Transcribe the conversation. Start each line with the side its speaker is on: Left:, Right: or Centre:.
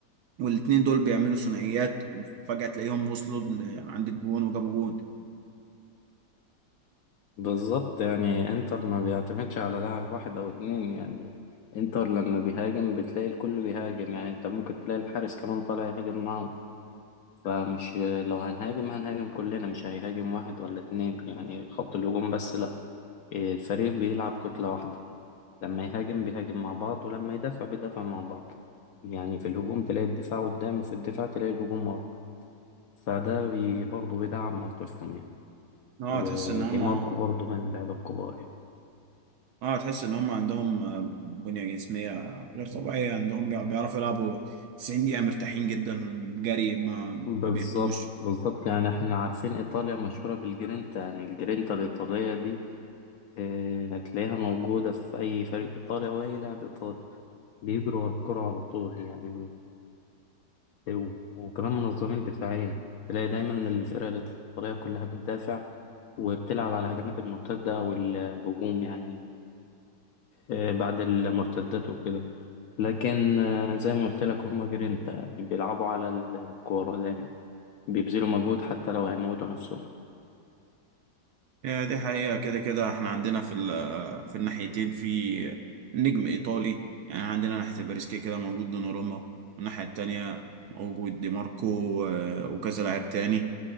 Right: والاتنين دول بيعملوا ثنائيات وفجأة تلاقيهم وصلوا ل- عند الجون وجابوا جون
Left: بالظبط يعني انتر ما بيعتمدش على لاعب واحد أو اتنين يعني انتر لما بيهاجم بتلاقي الكل بيهاجم يعني انت ممكن تلاقي الحارس كمان طالع يهاجم معه فمش لو هنهاجم هنهاجم كلنا مش هيهاجم واحد ولا اتنين يعني خط الهجوم بس لأ الفريق بيلعب كتلة واحدة لما يهاجم بيهاجم مع بعض ولما يدافع بيدافع مع بعض يعني في الهجوم تلاقي الدفاع قدام وفي الدفاع تلاقي الهجوم ورا فده بي برضه بيدعم موقفهم يعني
Right: اه
Left: ودي
Right: تحس ان هما
Left: ماركو برضه من اللعيبة الكبار يعني
Right: اه تحس ان هم عندهم آه، بنية جسمية غير طبيعية عندهم بيع- بيعرفوا يلعبوا 90 دقيقة مرتاحين جدا جري ما
Left: بالظبط
Right: ما بيهدوش
Left: بالظبط يعني احنا عارفين ايطاليا مشهورة بالجرينتا يعني الجرينتا الايطالية دي اه هتلاقيها موجودة في اي فريق ايطالي او اي لاعب ايطالي بيجروا ورا الكرة على طول يعني آه، وكمان منظمين دفاعيا تلاقي دايما الفرقة الايطالية كلها بتدافع وبتلعب على الهجمات المرتدة أو ال- الهجوم يعني آه، بعد المرتدات وكده لكن آه، زي ما قلت لك هما جرينتا يعني بيلعبوا على الكورة دايما بيبذلوا مجهود حتى لو هيموتوا نفسهم
Right: هي دي حقيقة كده كده احنا عندنا في ال- في الناحيتين في نجم ايطالي يعني عندنا ناحية الباريس كده كده موجود دوناروما والناحية التانية موجود دي ماركو آه، وكذا لاعب تاني